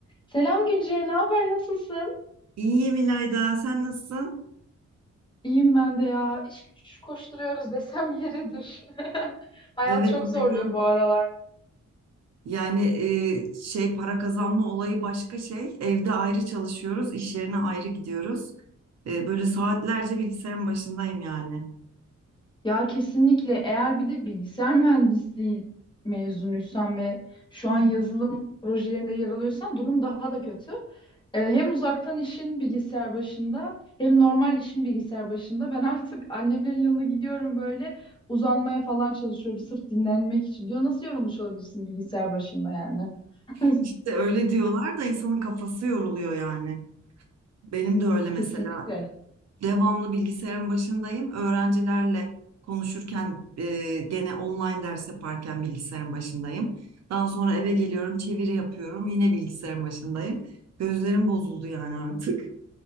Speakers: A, on the left; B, on the right.
A: Selam Gülce, ne haber, nasılsın?
B: İyiyim İlayda, sen nasılsın?
A: İyiyim ben de ya. İş güç koşturuyoruz desem yeridir. <laughs> Hayat
B: Evet
A: çok
B: aynen.
A: zorluyor bu aralar.
B: Yani e, şey para kazanma olayı başka şey. Evde ayrı çalışıyoruz, iş yerine ayrı gidiyoruz. E, böyle saatlerce bilgisayarın başındayım yani.
A: Ya kesinlikle eğer bir de bilgisayar mühendisliği mezunuysan ve şu
B: Hı
A: an
B: hı.
A: yazılım projelerinde yer alıyorsan durum daha da kötü. Ee, hem uzaktan işin bilgisayar başında hem normal işin bilgisayar başında. Ben artık annemlerin yanına gidiyorum böyle uzanmaya falan çalışıyorum sırf dinlenmek için. Diyor nasıl yorulmuş olabilirsin bilgisayar başında yani? <laughs>
B: İşte öyle diyorlar da insanın kafası yoruluyor yani. Benim de öyle mesela.
A: Kesinlikle.
B: devamlı bilgisayarın başındayım. Öğrencilerle konuşurken e, gene online ders yaparken bilgisayarın başındayım. Daha sonra eve geliyorum, çeviri yapıyorum, yine bilgisayarın başındayım. Gözlerim bozuldu yani artık.